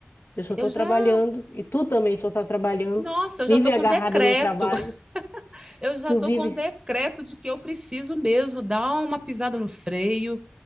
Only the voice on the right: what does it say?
eu
já.
Nossa, eu
já tô com
decreto.
<laughs> Eu já
tô
com decreto de que eu preciso mesmo dar uma pisada no freio